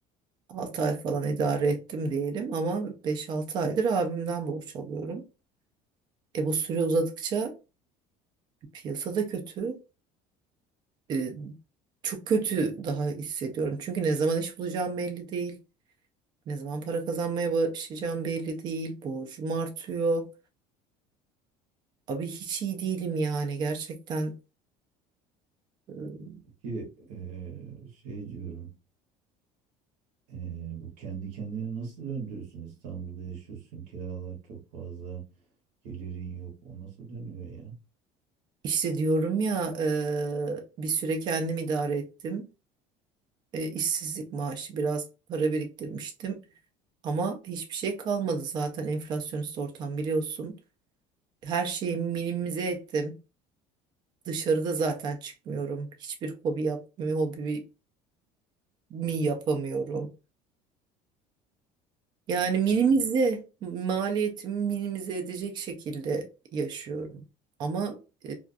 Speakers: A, on the right; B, on the right.
A: 6 ay falan idare ettim diyelim ama beş altı aydır abimden borç alıyorum. E bu süre uzadıkça piyasada kötü. e, çok kötü daha hissediyorum. Çünkü ne zaman iş bulacağım belli değil. Ne zaman para kazanmaya başlayacağım belli değil. Borcum artıyor. Abi hiç iyi değilim yani gerçekten. e,
B: Peki eee, şey diyorum eee, bu kendi kendine nasıl döndürürsün? İstanbul'da yaşıyorsun kiralar çok fazla gelirin yok o nasıl dönüyor ya?
A: İşte diyorum ya e, bir süre kendim idare ettim. E, işsizlik maaşı biraz para biriktirmiştim. Ama hiçbir şey kalmadı zaten enflasyonist ortam biliyorsun. Her şeyi minimize ettim. Dışarıda zaten çıkmıyorum. Hiçbir hobi yapmıyorum. Hobi mi yapamıyorum? Yani minimize,
B: Peki
A: maliyetimi minimize edecek şekilde yaşıyorum. Ama e,